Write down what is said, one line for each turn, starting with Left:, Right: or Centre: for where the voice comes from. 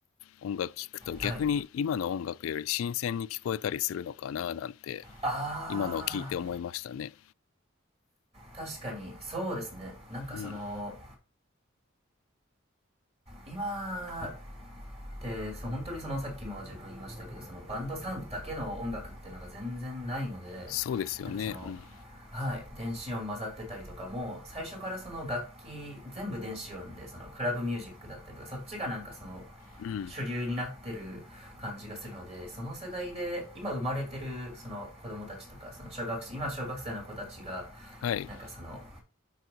Left: 音楽聴くと逆に今の音楽より新鮮に聞こえたりするのかななんて
Right: はいあ
Left: 今のを聞いて思いましたね。
Right: ー確かにそうですねなんかその
Left: うん、
Right: 今ってそう本当にそのさっきも自分言いましたけどそのバンドサウンドだけの音楽っていうのが全然ないので
Left: そうですよね。
Right: なんかその
Left: うん、
Right: はい、電子音混ざってたりとかも最初からその楽器全部電子音でそのクラブミュージックだったりとかそっちがなんかその
Left: うん、
Right: 主流になってる感じがするのでその世代で今生まれてるその子供たちとかその小学生今小学生の子たちが
Left: はい。
Right: なんかその